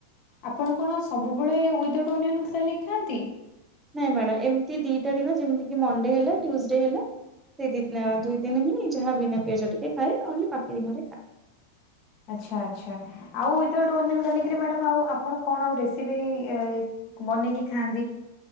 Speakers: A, on the left (about 45°); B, on the right (about 15°).
A: ଆପଣ କଣ ସବୁବେଳେ ୱିଦାଉଟ୍ ଓନିଅନ୍ ଗାର୍ଲିକ୍ ଖାନ୍ତି?
B: ନାଇଁ ମ୍ୟାଡ଼ାମ୍ ଏମିତି ଦିଟା ଦିନ ଯେମିତି କିି ମଣ୍ଡେ ହେଲା ଟ୍ୟୁଜଡେ ହେଲା। ସେ ଦିନ୍- ଦୁଇ ଦିନ ହିଁ ଯାହା ବିନା ପିଆଜ ଟିକେ ଖାଏ ନହେଲେ ବାକି ଦିନରେ ଖାଏ।
A: ଆଚ୍ଛା ଆଚ୍ଛା। ଆଉ ୱିଦାଉଟ୍ ଓନିଅନ୍, ଗାର୍ଲିକ୍ ରେ ମ୍ୟାଡ଼ାମ୍ ଆଉ ଆପଣ କଣ ଆଉ ରେସିପି ଏଇ ବନେଇକି ଖାଆନ୍ତି?